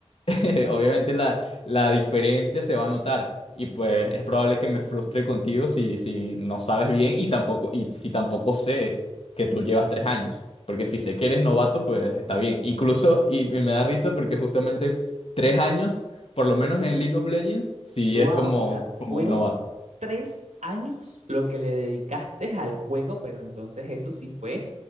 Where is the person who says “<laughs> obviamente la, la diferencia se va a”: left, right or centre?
Left